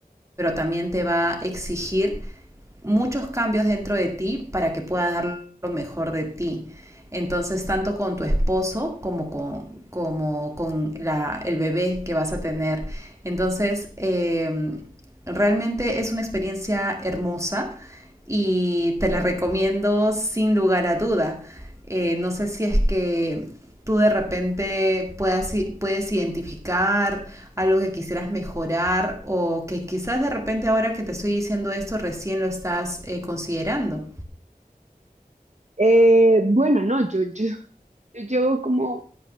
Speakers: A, on the right; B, on the right.
A: pero también te va a exigir muchos cambios dentro de ti para que puedas dar lo mejor de ti. Entonces, tanto con tu esposo como con, como con la, el bebé que vas a tener. Entonces, eh, realmente es una experiencia hermosa y te la recomiendo sin lugar a duda. Eh, no sé si es que tú de repente puedas, puedes identificar algo que quisieras mejorar o que quizás de repente ahora que te estoy diciendo esto recién lo estás eh, considerando.
B: Eh, bueno, no, yo, yo, yo llevo como,